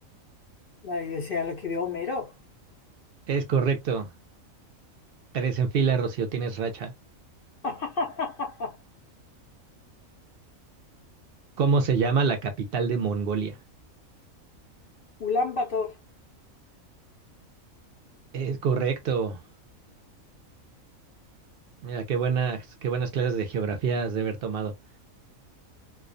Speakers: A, on the left; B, on the right.
A: la iglesia lo escribió Homero.
B: Es correcto. Tres en fila, Rocío, tienes racha.
A: <laughs>
B: ¿Cómo se llama la capital de Mongolia?
A: Ulan Bator.
B: Es correcto. Mira, qué buenas, qué buenas clases de geografía has de haber tomado.